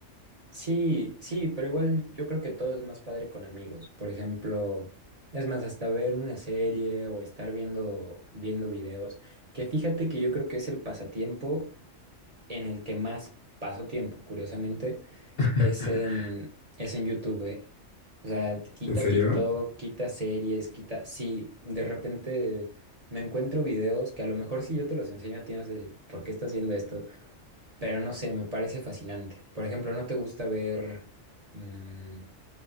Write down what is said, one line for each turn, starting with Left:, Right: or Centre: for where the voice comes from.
Right: Sí, sí, pero igual yo creo que todo es más padre con amigos. Por ejemplo, es más, hasta ver una serie o estar viendo, viendo videos, que fíjate que yo creo que es el pasatiempo en el que más paso tiempo, curiosamente,
Left: <laughs>
Right: es en, es en YouTube, ¿eh? O sea, quita
Left: ¿En serio?
Right: TikTok, quita series, quita... Sí, de repente me encuentro videos que a lo mejor si yo te los enseño a ti vas a decir, ¿por qué estás viendo esto? Pero no sé, me parece fascinante. Por ejemplo, ¿no te gusta ver, mm,